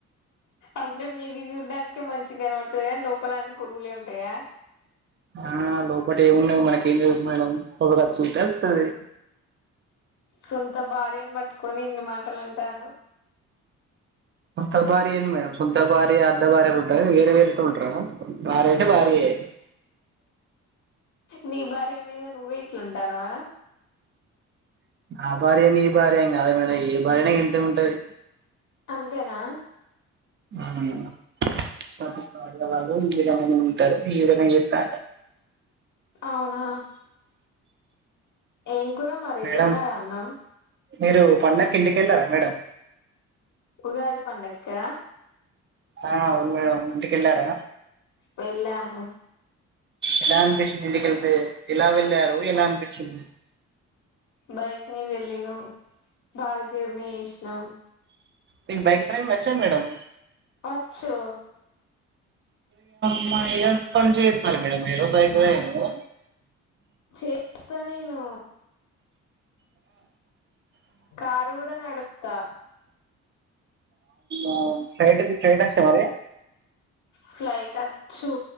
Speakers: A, on the left (about 75°); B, on the right (about 40°).
A: అంటే మీది చూడ్డానికే మంచి కనవడతది కానీ లోపల అన్నీ పురుగులే ఉంటాయా.
B: ఆ లోపట ఏముండవు మనకి ఏం తెలుసు మేడం ఒక చూపి వత్తాది.
A: సొంత భార్యను మట్టుకొని ఇన్ని మాటలు అంటారా
B: సొంత భార్య ఏంది మేడం సొంత భార్య అద్ద బార్యలు ఉంటారా ఏంది వేరు వేర్ తో ఉంటారా భార్య అంటే భర్యే
A: నీ భార్య మీద నువ్వే ఇట్లా అంటున్నావా
B: ఆ భార్య నీ భార్య ఎం కాదు మేడం ఏ భార్య అయిన ఇంతే ఉంటది
A: అంతేనా
B: అవును పతి పర్య వాళ్లు ఈవిడంగానే ఉంటరు. ఈవిడనే ఎస్తాంటే
A: అవునా ఏం కూర మరి
B: మేడం
A: తిన్నారా అన్నం.
B: మీరు పండక్కి ఇంటికెల్లారా మేడం
A: ఉగాది పండక్కా
B: ఆ అవును మేడం ఇంటికెల్లారా
A: వెళ్ళాము
B: ఎలా అనిపించింది. ఇంటికెళ్తే ఎలా వెళ్లారు ఎలా అన్పిచింది.
A: బైక్ మీద వెళ్ళినం బాగ జర్నీ చేసినాం.
B: మిక్ బైక్ డ్రైవింగ్ వచ్చా మేడం
A: వచ్చు
B: <unintelligible> మన ఏరియా మీరు బైక్ రైడింగు
A: చేస్తా నేను కారు గుడా నడుపుతా
B: ఆ ఫ్రైట్ కి ఫ్రైట్ ఒచ్చా మరి
A: ఫ్లైట్ ఆచ్చు